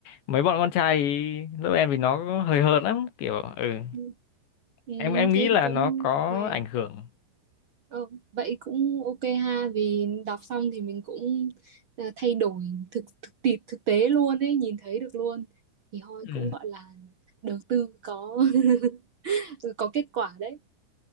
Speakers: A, on the left; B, on the right.
A: mấy bọn con trai ý, lớp em thì nó hơi hợt lắm kiểu ừ
B: ừ, thế
A: em em nghĩ
B: thì
A: là
B: cũng
A: nó có
B: hay
A: ảnh hưởng
B: Ờ, vậy cũng ok ha vì đọc xong thì mình cũng ờ, thay đổi thực thực tiệp thực tế luôn ấy nhìn thấy được luôn thì thôi
A: ừ
B: cũng gọi là đầu tư có <laughs> có kết quả đấy